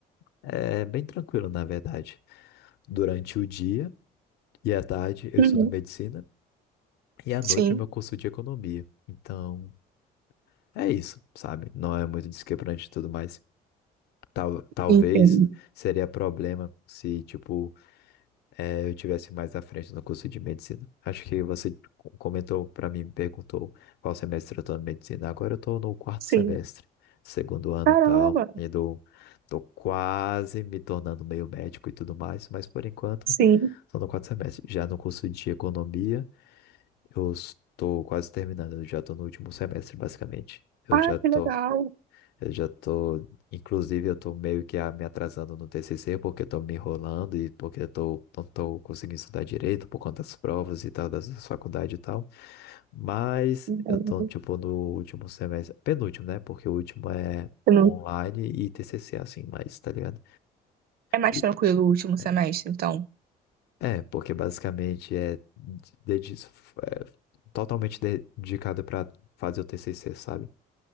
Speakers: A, on the left; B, on the right.
A: é bem tranquilo, na verdade. Durante o dia e à tarde eu
B: Uhum.
A: estudo medicina e à
B: Sim,
A: noite é meu curso de economia. Então, é isso, sabe? Não é muito desquebrante e tudo mais. Tal, talvez
B: entendo.
A: seria problema se, tipo, eh, eu tivesse mais à frente no curso de medicina. Acho que você co- comentou para mim, me perguntou qual semestre eu estou na medicina. Agora eu estou no quarto
B: Sim.
A: semestre, segundo ano
B: Caramba,
A: e tal. E do, tô quase me tornando meio médico e tudo mais, mas por enquanto
B: sim.
A: estou no quarto semestre. Já no curso de economia, eu estou quase terminando, eu já estou no último semestre, basicamente. Eu
B: Ah,
A: já estou
B: que legal.
A: eu já tô, inclusive, eu tô meio que ah, me atrasando no TCC porque eu tô me enrolando e porque eu tô, não tô conseguindo estudar direito por conta das provas e tal, das das faculdades e tal. Mas
B: Entendo.
A: eu tô, tipo, no último semestre, penúltimo, né? Porque o último é
B: Você não-
A: online e TCC, assim, mas, tá ligado?
B: É mais
A: E-
B: tranquilo o último
A: é,
B: semestre, então.
A: é, porque basicamente é, dedi- é totalmente de- dedicado para fazer o TCC, sabe?